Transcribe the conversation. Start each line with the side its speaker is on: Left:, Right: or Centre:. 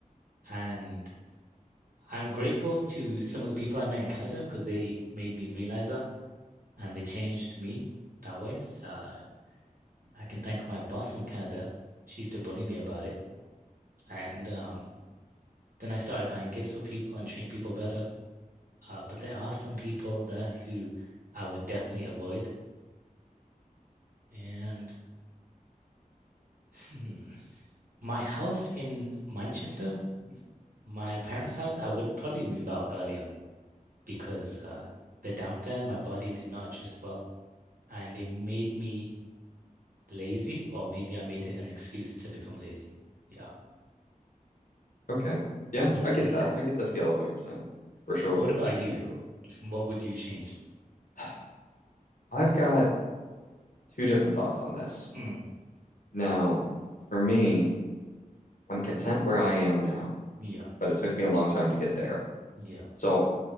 Right: and I'm grateful to some of the people I met in Canada because they made me realize that and they changed me that way. Uh, I can thank my boss in Canada. She used to bully me about it. And um, then I started buying gifts for people and treating people better. Uh, but there are some people there who I would definitely avoid. And <laughs> hmm, my house in Manchester, my parents' house, I would probably move out earlier because uh, the damp there, my body did not adjust well and it made me lazy, or maybe I made it an excuse to become lazy. Yeah.
Left: Okay. Yeah,
Right: Mm,
Left: I get
Right: Yeah.
Left: that. I get the feel of what you're saying. For sure.
Right: What about you?
Left: For sure.
Right: <laughs> What would you change?
Left: <sighs> I've got two different thoughts on this.
Right: Mm,
Left: Now, for me, I'm content where I am now,
Right: yeah.
Left: but it took me a long time to get there.
Right: Yeah.
Left: So